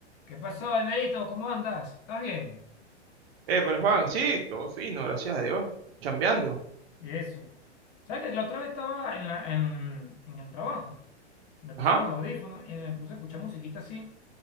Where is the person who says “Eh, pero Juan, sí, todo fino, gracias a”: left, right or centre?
Right